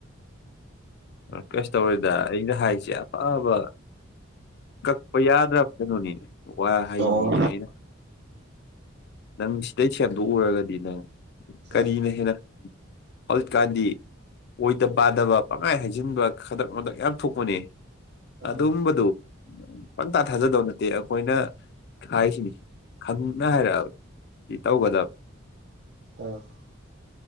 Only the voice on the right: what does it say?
ꯑꯣ
ꯑꯥ
ꯑꯥ
ꯑꯥ <unintelligible>